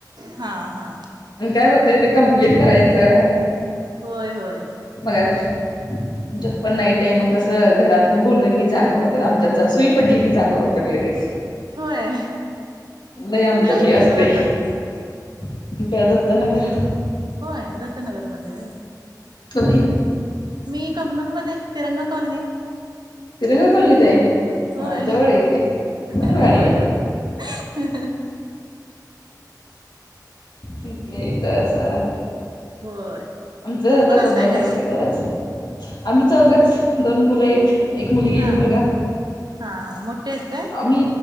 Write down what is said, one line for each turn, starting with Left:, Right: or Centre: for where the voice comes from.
Right: हा हा
Left: काय होतय ते कम्प्लीट करायचं
Right: होय होय
Left: मग आच्यात पण नाईट आहे मग कसं घरात न बोललं की जागा होत आमच्यात जरा सुई पडली की जागा होत लगेच
Right: होय
Left: ल आमच्याती
Right: कुठल्या एरियात
Left: असते
Right: राहताय
Left: कु दत्तनगर
Right: हो आहे दत्तनगर मध्ये
Left: तुमही
Right: मी कबनूरमध्येध्ये तिरंगा कॉलनी
Left: तिरंगा कोल्लीित आहेम
Right: होय
Left: दवळक
Right: होय
Left: मंगळवारी आहे
Right: <inaudible>
Left: इ तर असं
Right: होय
Left: आमच आता
Right: कोण कोण
Left: कमरर
Right: असताय घरी
Left: हायसकेलर आम्ही चौघच दोन मुलं आहेत एक मुलगी
Right: हा
Left: एक मुलगा
Right: हा हा मोठे आहेत काय
Left: मी